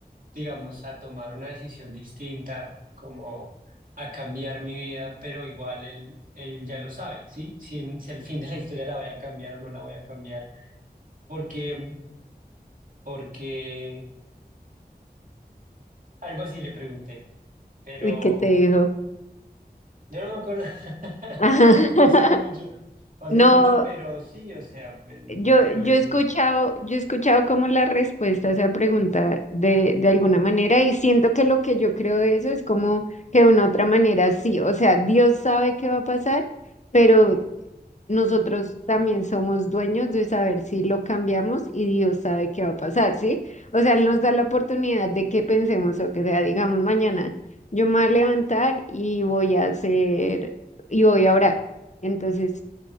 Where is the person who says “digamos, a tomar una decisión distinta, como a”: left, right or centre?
Right